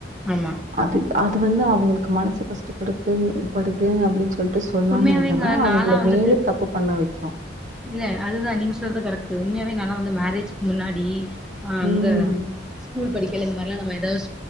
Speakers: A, in the centre; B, on the right.
A: ஆமா
B: அது அது வந்து அவுங்குளுக்கு மனசு கஷ்டப்படுது படுது அப்டீ னுட்டு சொல்லாம
A: உண்மையாவேங்க
B: இருந்தனா அவங்கள
A: நாலா வந்துட்டு
B: மேலே தப்பு பண்ண வெக்கோ
A: இல்ல அதுதா நீங்க சொல்றது கரெக்ட் உண்மயாவே நா லா வந்து மேரேஜூக் முன்னாடி ஆ அங்க
B: ம்.
A: ஸ்கூல் படிக்கைல இந்த மாரிலா நம்ம எதாவது